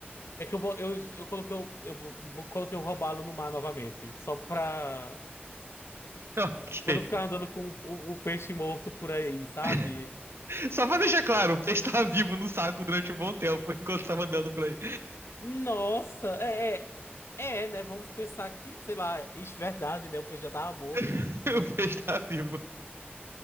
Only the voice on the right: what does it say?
Ok.
<laughs> Só pra deixar claro, o peixe tava vivo no saco durante um bom tempo, <laughs> enquanto tava andando por aí.
<laughs> O peixe tava vivo.